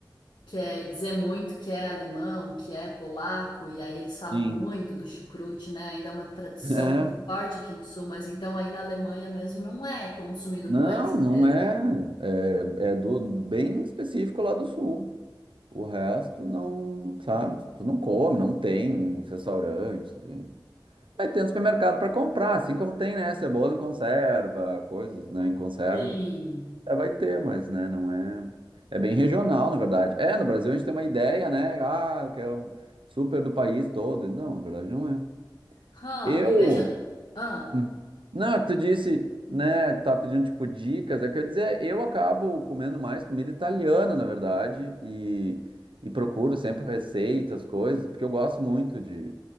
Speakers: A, on the left; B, on the right.
A: quer dizer muito que é alemão, que é polaco, e aí eles falam
B: sim,
A: muito do chucrute, né, ainda é uma tradição
B: <laughs> é.
A: muito forte aqui no sul, mas então aí na Alemanha mesmo não é consumido
B: Não,
A: no país inteiro.
B: não é. É, é do bem específico lá do sul. O resto não, sabe? Tu não come, não tem restaurantes. e- Aí tem no supermercado para comprar, assim como tem, né? Cebola em conserva, coisas, né? Em conserva.
A: Sim.
B: É, vai ter, mas, né? Não é. É bem regional, na verdade. É, no Brasil a gente tem uma ideia, né? Ah, que é o super do país todo. Não, na verdade não é.
A: Hã,
B: Eu,
A: e deixa... Ah,
B: Hum. Não, é que tu disse, né, que tá pedindo tipo dicas, é que eu ia dizer, eu acabo comendo mais comida italiana, na verdade, e, e procuro sempre receitas, coisas, porque eu gosto muito de